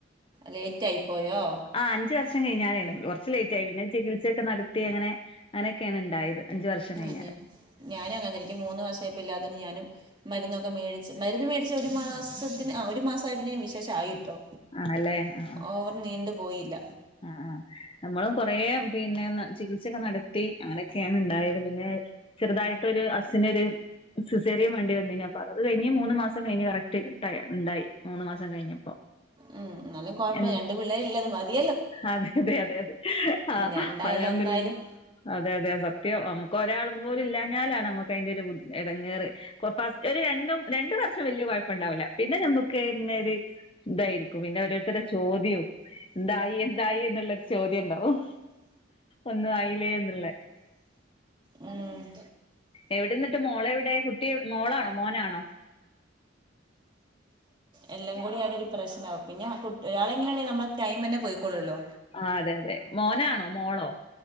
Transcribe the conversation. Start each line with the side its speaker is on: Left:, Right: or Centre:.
Right: ലേറ്റ് ആയി പോയോ
Left: ആ അഞ്ച് വർഷം കഴിഞ്ഞാണ് കുറച്ച് ലേറ്റ് ആയി പിന്നെ ചികിത്സയൊക്കെ നടത്തി അങ്ങനെ അങ്ങനെക്കെയാണ് ഉണ്ടായത് അഞ്ച് വർഷം
Right: പിന്നെ
Left: കഴിഞ്ഞാരെ
Right: ഞാനും അങ്ങന തന്നെ ഇൻക്ക് മൂന്ന് വർഷായപ്പം ഇല്ലാത്തിന് ഞാനും മരുന്നൊക്കെ മേടിച്ച് മരുന്ന് മേടിച്ച് ഒരു മാസ ത്തിന് ഒരു മാസായപ്പേന് വിശേഷായിട്ടോ
Left: ആണല്ലേ ആ
Right: ഓവർ നീണ്ടു പോയില്ല
Left: ആഹ് ആഹ് നമ്മളും കൊറേ പിന്നെ ചികിത്സൊക്കെ നടത്തി അങ്ങനെയൊക്കെയാണ് ഉണ്ടായത് പിന്നെ ചെറുതായിട്ടൊരു ഹസ്സിനൊരു സിസേറിയൻ വേണ്ടി വന്നീനി അപ്പൊ അതൊക്കെ കഴിഞ്ഞ് മൂന്ന് മാസം കഴിഞ്ഞ് കറക്ട് ഉണ്ടായി മൂന്ന് മാസം കഴിഞ്ഞപ്പോ
Right: ഉം എന്നാലും കൊഴപ്പല്ല
Left: എൻ
Right: രണ്ട് പിള്ളേര് ഇല്ലെ അത് മതി
Left: അതെ അതെ അതെ അതെ ആ
Right: രണ്ടായാലും
Left: അൽഹംദുലില്ലാ
Right: ഒന്നായാലും
Left: അതെ അതെ സത്യം നമുക്ക് ഒരാൾ പോലും ഇല്ലാഞ്ഞാലാണ് നമുക്ക് അതിന്റെ ഒരു ബു എടങ്ങേറ് കൊ പാ ഒരു രണ്ടും രണ്ടു വർഷം വല്ല്യ കൊഴപ്പണ്ടാവില്ല പിന്നെ നമ്മക്ക് തന്നെ ഒര് ഇതായിരിക്കും പിന്നെ ഓരോരുത്തര്ടെ ചോദ്യാം എന്തായി എന്തായി എന്നുള്ള ചോദ്യം ഉണ്ടാവും ഒന്നും ആയിലേ എന്നുള്ള
Right: ഉം
Left: എവിടെന്നിട്ട് മോളെ എവിടെ കുട്ടി മോളാണോ മോനാണോ
Right: എല്ലാം കൂടി ആകെ ഒരു പ്രശ്നാവും പിന്നെ കു ഒരാളെങ്കിലും ണ്ടെങ്കി നമ്മെ ടൈം തന്നെ പോയിക്കോള്ളൂല്ലോ
Left: ആഹ് അതെ അതെ മോനാണോ മോളോ